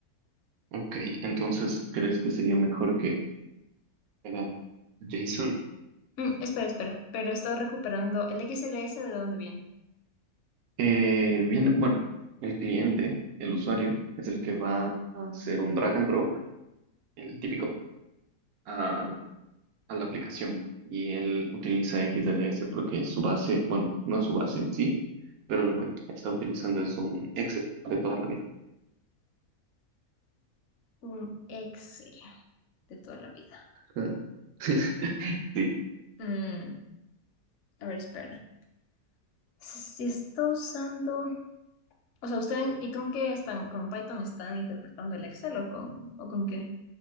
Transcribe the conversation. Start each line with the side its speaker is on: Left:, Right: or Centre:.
Right: Ok, entonces, ¿crees que sería mejor que haga JSON?
Left: Mm, espera, espera, pero estoy recuperando el XLS de dónde viene.
Right: Eh, bien, bueno, el cliente, el usuario, es el que va a hacer un drag and drop, el típico, a, a la aplicación. Y él utiliza XLS porque su base, bueno, no es su base en sí, pero lo que está utilizando es un Excel de toda la vida.
Left: Un Excel de toda la vida.
Right: Ah. <laughs> Sí.
Left: Mm, a ver, espera. Si si está usando. O sea, ¿ustedes y con qué están? ¿Con Python están interpretando el Excel o con, o con qué?